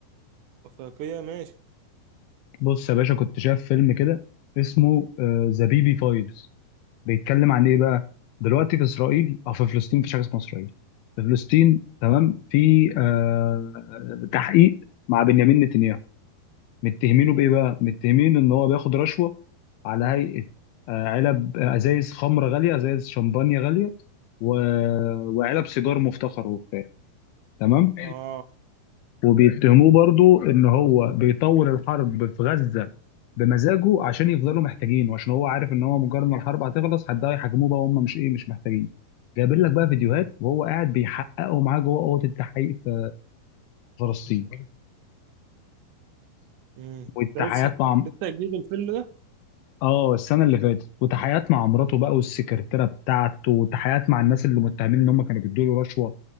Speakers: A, on the right; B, on the left.
A: وثائقية ماشي
B: بص يا باشا كنت شايف فيلم كده اسمه ذا بيبي فايلز بيتكلم عن ايه بقى دلوقتي في اسرائيل او في فلسطين مفيش حاجه اسمها اسرائيل في فلسطين تمام في آه تحقيق مع بنيامين نتنياهو متهمينه بايه بقى متهمين ان هو بياخد رشوه على هيئه آه، علب آه، ازايز خمره غاليه ازايز شمبانيا غاليه و... وعلب سيجار مفتخر وبتاع تمام
A: اه
B: وبيتهموه برضو ان هو بيطول الحرب في غزه بمزاجه عشان يفضلوا محتاجين وعشان هو عارف ان هو مجرد ما الحرب هتخلص حد هيحاكموه بقى وهم مش ايه مش محتاجين جايبين لك بقى فيديوهات وهو قاعد بيحققوا معاه جوه اوضه التحقيق في فلسطين
A: امم
B: والتحقيقات
A: ده لسه
B: مع
A: لسه جديد الفيلم ده
B: اه السنه اللي فاتت وتحيات مع مراته بقى والسكرتيره بتاعته وتحيات مع الناس اللي متهمين ان هم كانوا بيدوا له رشوه